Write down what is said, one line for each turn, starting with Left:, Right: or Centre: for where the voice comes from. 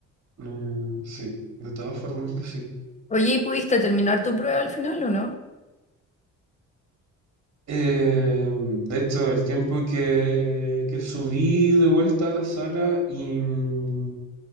Right: eh, sí, de todas formas que sí.
Left: Oye, ¿y pudiste terminar tu prueba al final o no?
Right: Em, de hecho, el tiempo que, que subí de vuelta a la sala y, mm,